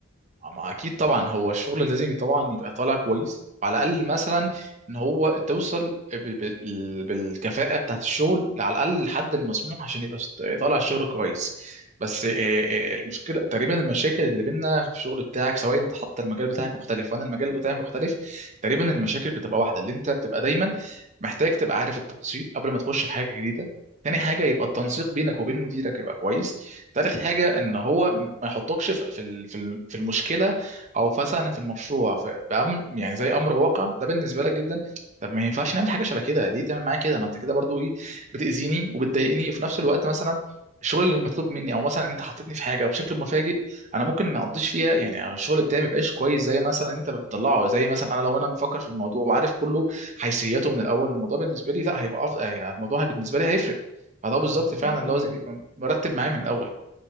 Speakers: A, on the right; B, on the left.
A: آه، ما اكيد طبعا هو الشغل لازم طبعا يبقى طالع كويس على الاقل مثلا ان هو توصل بال- بال- بالكفاءه بتاعت الشغل على الاقل لحد المسموح عشان يبقى س- طالع الشغل كويس بس آه، آه، المشكله تقريبا المشاكل اللي بينا في الشغل بتاعك سواء انت حتى المجال بتاعك مختلف وانا المجال بتاعي مختلف تقريبا المشاكل بتبقى واحده اللي انت بتبقى دايما محتاج تبقى عارف التفاصيل قبل ما تخش في حاجه جديده تاني حاجه يبقى التنسيق بينك وبين مديرك يبقى كويس تالت حاجه ان هو ما يحطكش في في ال- في ال- في المشكله او مثلا في المشروع في بأم يعني زي امر واقع ده بالنسبه لك جدا طب ما ينفعش نعمل حاجه شبه كده ليه تعمل معايا كده ما انت كده برضو ايه بتاذيني وبتضايقني في نفس الوقت مثلا الشغل اللي مطلوب مني او مثلا انت حطيتني في حاجه بشكل مفاجئ انا ممكن ما اقضيش فيها يعني الشغل بتاعي ما يبقاش كويس زي مثلا انت بتطلعه زي مثلا انا لو انا مفكر في الموضوع وعارف كله حيثياته من الاول الموضوع بالنسبه لي لا هيبقى افضل يعني الموضوع بالنسبه لي هيفرق فده
B: بالظبط
A: بالظبط فعلا
B: ليك وليه
A: لازم يبقى مرتب معايا من الاول